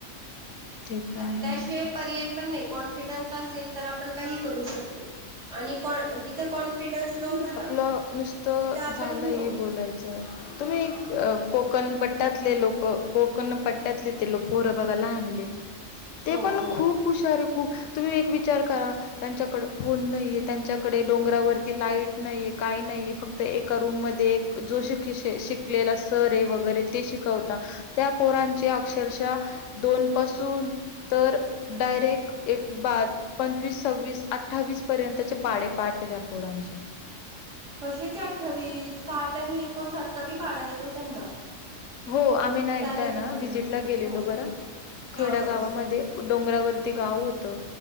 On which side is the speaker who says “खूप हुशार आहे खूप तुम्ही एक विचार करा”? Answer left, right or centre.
Left